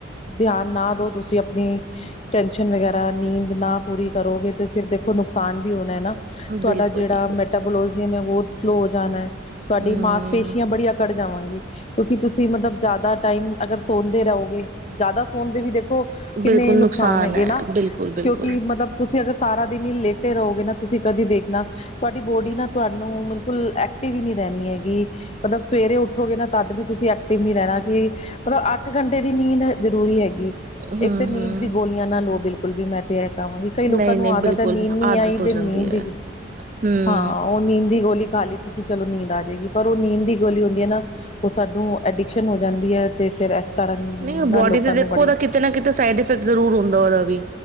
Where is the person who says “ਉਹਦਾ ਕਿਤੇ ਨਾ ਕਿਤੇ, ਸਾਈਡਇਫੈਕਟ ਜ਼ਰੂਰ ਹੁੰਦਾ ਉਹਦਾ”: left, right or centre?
Right